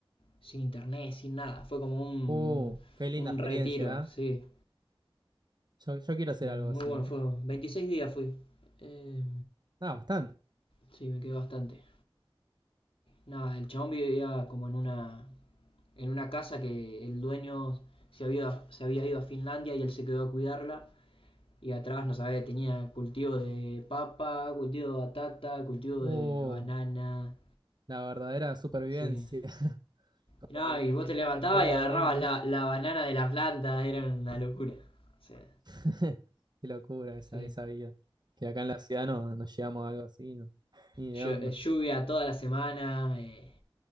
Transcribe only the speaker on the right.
Uh, qué linda
experiencia,
¿eh?
Yo, yo quiero hacer
algo
así,
¿eh?
Ah, bastante.
Oh,
La verdadera supervivencia,
<laughs>
comía
todo
de ahí, ¿no?
<laughs> Qué locura esa,
esa vida. Que acá en la ciudad no, no llegamos a algo así, ¿no? Ni
de onda.